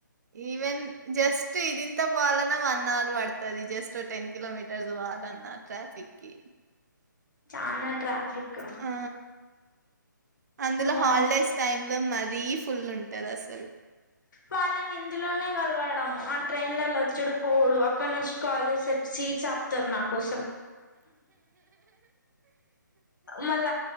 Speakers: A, on the right (about 55°); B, on the left (about 65°).
A: ఈవెన్ జస్ తి ఇది ఇంత పోవాలన్నా వన్ అవర్ పడ్తది జస్ట్ టెన్ కిలోమీటర్స్ పోవాలన్నా ట్రాఫిక్ కి
B: చానా ట్రాఫిక్
A: ఆ
B: అమ్మో
A: అందులో హాలిడేస్ టైమ్ లో మరీ ఫుల్ ఉంటది అసల్
B: వాళ్ళని ఇందులోనే కలవడము ఆ ట్రైన్లలో వచ్చడుపోవుడు అక్కడ నుంచి కాల్ చేసే సీట్స్ ఆపుతారు నా కోసం మళ్ళ